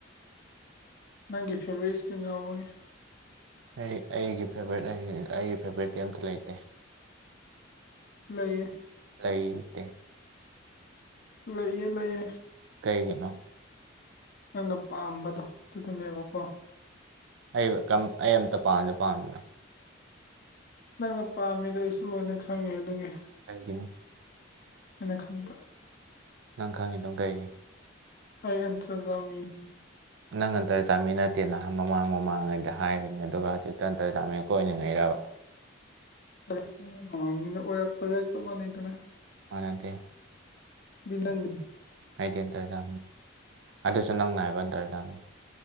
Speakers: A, on the left; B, on the right.
A: ꯅꯪꯒꯤ ꯐꯦꯕꯣꯔꯤꯠ ꯏꯁꯀꯤꯟ ꯌꯥꯎꯕꯒꯤ
B: ꯑꯩ ꯑꯩꯒꯤ ꯐꯦꯚꯣꯔꯥꯏꯠ ꯑꯩꯒꯤ ꯑꯩꯒꯤ ꯐꯦꯚꯣꯔꯥꯏꯠꯇꯤ ꯑꯝꯇ ꯂꯩꯇꯦ
A: ꯂꯩꯌꯦ
B: ꯂꯩꯇꯦ꯫
A: ꯂꯩꯌꯦ ꯂꯩꯌꯦ
B: ꯀꯩꯒꯤꯅꯣ꯫
A: ꯅꯪꯅ ꯄꯥꯝꯕꯗꯣ ꯑꯗꯨꯅꯦꯕꯀꯣ꯫
B: ꯑꯩ ꯑꯩ ꯑꯝꯇ ꯄꯥꯝꯗꯦ ꯄꯥꯝꯃꯤꯗꯅ꯫
A: ꯅꯪꯅ ꯄꯥꯝꯃꯤꯗꯣ ꯑꯩꯁꯨ ꯂꯣꯏꯅ ꯈꯪꯉꯤ ꯑꯗꯨꯒꯤ
B: ꯀꯩꯒꯤꯅꯣ
A: ꯑꯩꯅ ꯈꯪꯕ꯫
B: ꯅꯪ ꯈꯪꯉꯤꯗꯨ ꯀꯩꯒꯤ꯫
A: ꯑꯩ ꯑꯟꯇ꯭ꯔꯖꯥꯃꯤꯅꯤ꯫
B: ꯅꯪ ꯉꯟꯇꯔ ꯆꯥꯃꯤ ꯅꯠꯇꯦꯅ ꯃꯃꯥꯡ ꯃꯃꯥꯡꯉꯩꯗ ꯍꯥꯏꯈꯤꯕꯅꯦ ꯑꯗꯨꯒ ꯍꯧꯖꯤꯛꯇ ꯉꯟꯇꯔ ꯆꯥꯃꯤ ꯀꯣꯏꯅꯤꯡꯉꯩꯔꯕ꯫
A: <unintelligible> ꯑꯣꯏꯔꯛꯄꯒ ꯆꯞ ꯃꯥꯟꯅꯩꯗꯅ꯫
B: ꯃꯥꯟꯅꯗꯦ
A: ꯑꯗꯨꯗꯤ ꯅꯪꯗꯤ
B: ꯑꯩꯗꯤ ꯑꯟꯇꯔꯖꯥ ꯑꯗꯨꯁꯨ ꯅꯪ ꯅꯥꯏꯕ ꯑꯟꯇꯔꯖꯥꯅꯤ꯫